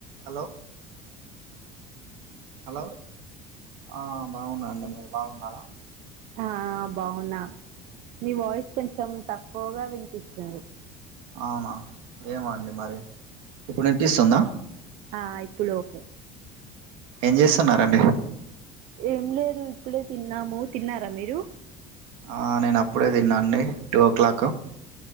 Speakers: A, on the right; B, on the right.
A: హలో హలో ఆ బాగున్న అండి మీరు బాగున్నారా
B: అహ్ బావున్నా మీ వాయిస్ కొంచెం తక్కువగా వినిపిస్తుంది
A: ఆమ ఏమో అండి మరి ఇప్పుడు వినిపిస్తుందా
B: ఆ ఇప్పుడు ఓకే
A: ఏం జేస్తున్నారండీ
B: ఏం లేదు ఇప్పుడే తిన్నాము తిన్నారా మీరు
A: ఆ నేనప్పుడే తిన్నా అండి టూ ఓ క్లాక్